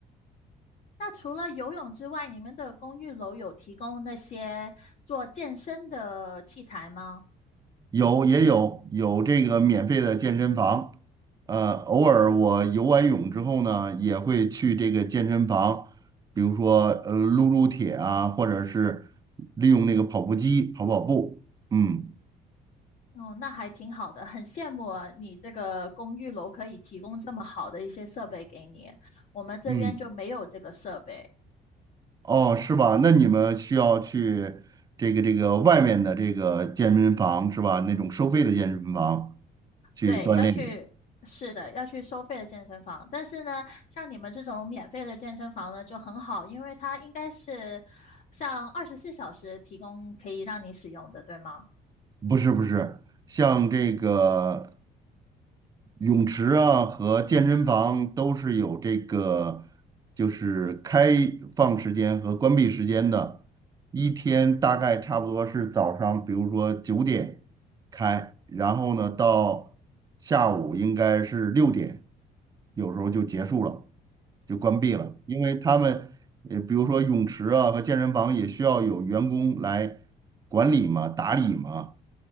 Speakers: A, on the left; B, on the right.
A: 那除了游泳之外，你们的公寓楼有提供那些做健身的器材吗？
B: 有也有有这个免费的健身房，呃，偶尔我游完泳之后呢，也会去这个健身房，比如说呃撸撸铁啊，或者是利用那个跑步机跑跑步，嗯
A: 哦，那还挺好的，很羡慕啊你这个公寓楼可以提供这么好的一些设备给你，我们这边就没有这个设备。
B: 嗯。哦，是吧？那你们需要去这个这个外面的这个健身房是吧？那种收费的健身房去锻炼。
A: 对，要去，是的，要去收费的健身房。但是呢，像你们这种免费的健身房呢，就很好，因为它应该是像二十四小时提供可以让你使用的，对吗？
B: 不是不是，像这个泳池啊和健身房都是有这个，就是开放时间和关闭时间的，一天大概差不多是早上，比如说九点开，然后呢到下午应该是六点，有时候就结束了，就关闭了，因为他们呃，比如说泳池啊和健身房也需要有员工来管理嘛、打理嘛。